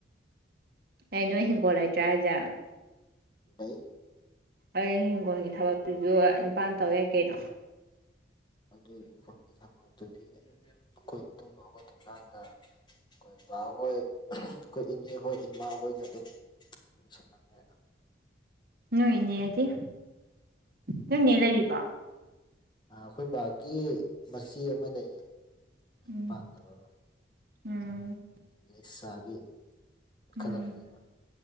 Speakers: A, on the right; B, on the left.
A: ꯍꯦ ꯅꯣꯏ ꯍꯤꯡꯒꯣꯜ ꯂꯩꯇ꯭ꯔꯥ ꯍꯥꯏꯁꯦ
B: ꯂꯩ
A: ꯑꯩ ꯍꯤꯡꯒꯣꯜꯒꯤ ꯊꯕꯛꯇꯨꯁꯨ ꯅꯤꯄꯥ ꯇꯧ ꯌꯥꯏ ꯀꯩꯅꯣ
B: ꯑꯗꯨ ꯏꯪꯈꯣꯜꯒꯤ ꯊꯕꯛꯇꯨꯗꯤ ꯑꯩꯈꯣꯏꯅ ꯇꯨꯝꯕ ꯍꯧꯒꯠꯇ꯭ꯔꯤꯀꯥꯟꯗ ꯑꯩꯈꯣꯏ ꯕꯥꯍꯣꯏ ꯑꯩꯈꯣꯏ ꯏꯅꯦꯍꯣꯏ ꯏꯃꯥꯍꯣꯏꯅ ꯑꯗꯨꯝ ꯂꯣꯏꯁꯜꯂꯝꯃꯦ
A: ꯅꯣꯏ ꯏꯅꯦ ꯑꯗꯤ ꯅꯣꯏꯅꯦ ꯂꯩꯔꯤꯕꯣ
B: ꯑ ꯑꯩꯈꯣꯏ ꯕꯥꯒꯤ ꯃꯆꯦ ꯑꯃ ꯂꯩꯌꯦ ꯃꯌꯨꯝ
A: ꯎꯝ
B: ꯄꯥꯟꯗꯕ ꯑꯃ
A: ꯎꯝ
B: ꯂꯩꯁꯥꯕꯤ ꯏꯟꯈꯠꯂꯛꯄꯤ
A: ꯎꯝ
B: ꯑꯃ